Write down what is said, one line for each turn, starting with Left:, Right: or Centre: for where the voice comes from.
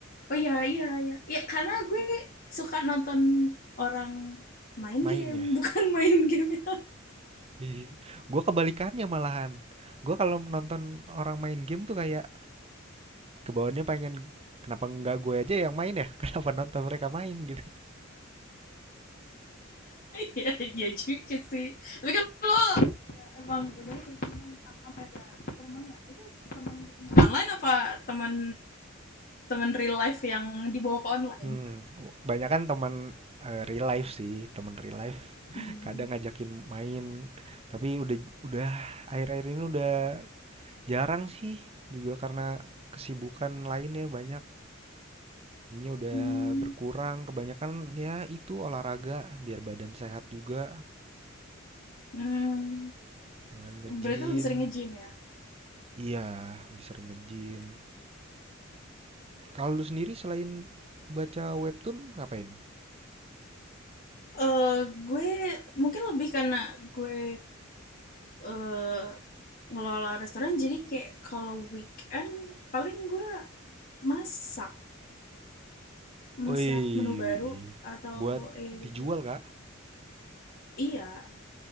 Left: Oh iya iya iya. Ya karena gue suka nonton orang main
Right: main
Left: game,
Right: ya.
Left: <laughs> bukan main game. ya.
Right: Ih, kebalikannya malahan. gue kalau nonton orang main game tuh kayak Kebawahnya pengen kenapa nggak gue aja yang main ya? <laughs> Kenapa nonton mereka main gitu?
Left: Iya <laughs> iya juga sih. Tapi kan lo ya emang udah sering main apa sampai ada temennya itu teman ketemu online apa teman teman real life yang dibawa ke online?
Right: Hmm, banyak kan teman eh, real life sih, teman real life. <laughs>
Left: Hmm.
Right: Kadang ngajakin main, tapi udah udah akhir-akhir ini udah jarang sih juga karena kesibukan lainnya banyak. Jadinya udah
Left: hmm,
Right: berkurang, kebanyakan ya itu olahraga biar badan sehat juga,
Left: Hmm,
Right: olahraga nge-gym.
Left: berarti lebih sering nge-gym ya?
Right: Iya, lebih sering nge-gym. Kalau lu sendiri selain baca webtoon ngapain?
Left: Eh, gue mungkin lebih karena gue eh ngelola restoran, jadi kayak kalau weekend paling gue masak, masak
Right: Wih,
Left: menu baru atau
Right: buat
Left: ya eh
Right: dijual
Left: gitu.
Right: kak?
Left: Iya,